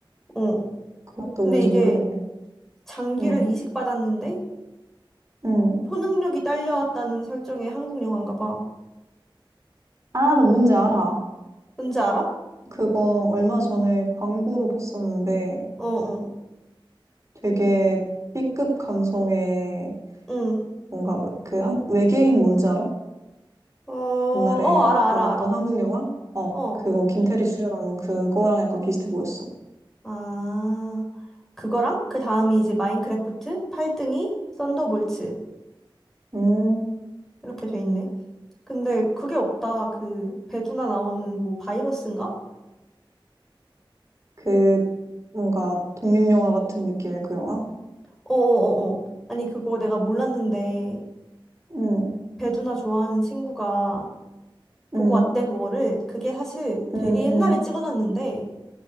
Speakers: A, in the centre; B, on the right (about 35°).
A: 어.
B: 그것도
A: 근데
B: 뭔지
A: 이게
B: 모르겠네.
A: 장기를
B: 응,
A: 이식받았는데
B: 응
A: 초능력이 딸려왔다는 설정의 한국 영화인가 봐.
B: 아, 나 뭔지 알아.
A: 뭔지 알아?
B: 그거 얼마 전에 광고로 봤었는데
A: 어, 어,
B: 되게 B급 감성의
A: 응.
B: 뭔가 그 한- 외계인 뭔지 알아?
A: 어, 어,
B: 옛날에
A: 알아, 알아,
B: 나왔던
A: 알아.
B: 한국 영화? 어,
A: 어.
B: 그거 김태리 출연하는 그거랑 약간 비슷해 보였어.
A: 아. 그거랑 그 다음이 이제 마인크래프트, 팔등이, 썬더볼츠
B: 음,
A: 이렇게 돼 있네. 근데 그게 없다. 그 배두나 나오는 뭐 바이러스인가?
B: 그 뭔가 독립영화 같은 느낌의 그 영화?
A: 어어어어. 아니 그거 내가 몰랐는데
B: 음,
A: 배두나 좋아하는 친구가 보고
B: 음,
A: 왔대 그거를. 그게 사실 되게
B: 음,
A: 옛날에
B: 음,
A: 찍어놨는데